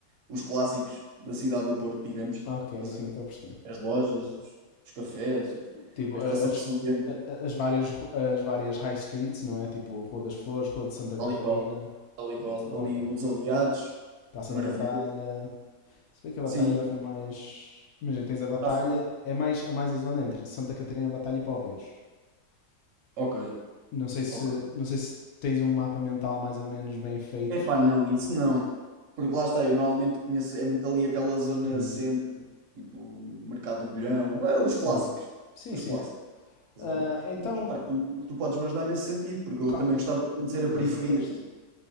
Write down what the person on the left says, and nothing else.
Ok,
sim,
estou a perceber.
Tipo,
a-
as,
a- a- as, várias, ru- as várias high streets, não é? Tipo, Rua das Flores, Rua de Santa
Catarina,
etc.
Ok.
Praça
da Batalha. Se bem que a Batalha
já foi mais. Imagina, tens a Batalha,
é mais, a mais a zona entre Santa Catarina, Batalha e Poveiros.
Não sei se,
não sei se tens um mapa mental mais ou menos bem feito.
Hum,
sim.
Sim,
sim.
Ah,
então,
claro,
farei
todo o gosto.